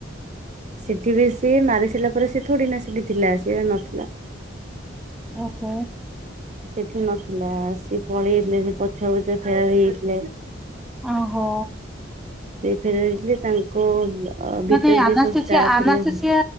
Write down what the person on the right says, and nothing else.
ସେଠି ବି ସେ ମାରି ଥିଲା ପରେ ସେ ଥୋଡି ନା ସେଠୀ ଥିଲା ସେ ନଥିଲା।
ସେଠି ନଥିଲା, <unintelligible> ସିଏ ପଳେଇ ଯାଇଥିଲେ ସେ ପଛ ପଛ ଫେର ହେଇଯାଇଥିଲେ।
ସେ ଫେରି ଯାଇଥିଲେ, ତାଙ୍କ ଅ ଭିତରେ
ଯେ ସବୁ ଷ୍ଟା
<unintelligible> ଆା